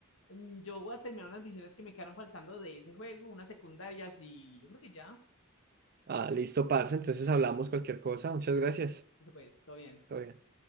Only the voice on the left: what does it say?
Mm, Yo voy a terminar unas misiones que me quedaron faltando de ese juego, unas secundarias y yo creo que ya,
listo,
eso pues, todo bien.